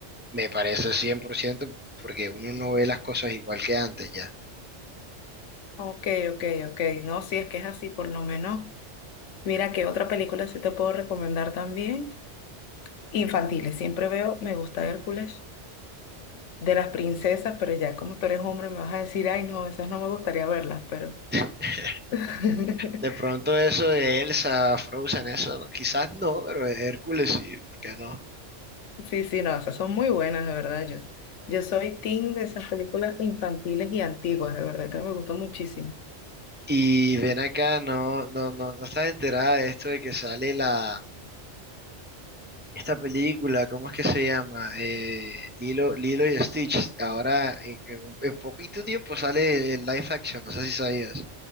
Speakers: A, on the right (about 15°); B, on the left (about 85°).
A: me parece 100% porque uno no ve las cosas igual que antes ya.
B: Ok, ok, ok. No, si es que es así, por lo menos. Mira, ¿qué otra película sí te puedo recomendar también? Infantiles. Siempre veo, me gusta Hércules, de las princesas, pero ya como tú eres hombre me vas a decir, ay, no, esas no me gustaría verlas, pero...
A: <laughs>
B: <laughs>
A: De pronto eso de Elsa, Frozen, eso, quizás no, pero Hércules sí, ¿por qué no?
B: Sí, sí, no, esas son muy buenas, de verdad. Yo, yo soy team de esas películas infantiles y antiguas, de verdad que me gustó muchísimo.
A: Y ven acá, no, no, no, no estás enterada de esto de que sale la, esta película, ¿cómo es que se llama? Eh, Lilo, Lilo y Stitch. Ahora, en, en un- en poquito tiempo sale el live action, no sé si sabías.